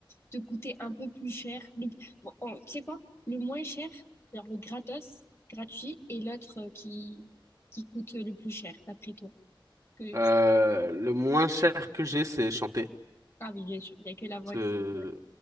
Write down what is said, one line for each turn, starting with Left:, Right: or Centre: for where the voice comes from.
Left: te coûter un peu plus cher. Le- bon, en- tu sais quoi? Le moins cher, genre le gratos, gratuit, et l'autre euh, qui, qui coûte le plus cher, d'après toi. Que
Right: Euh,
Left: tu...
Right: le moins cher que j'ai, c'est chanter.
Left: Ah oui, bien sûr, il n'y a que la voix
Right: C'est
Left: qui... Ouais,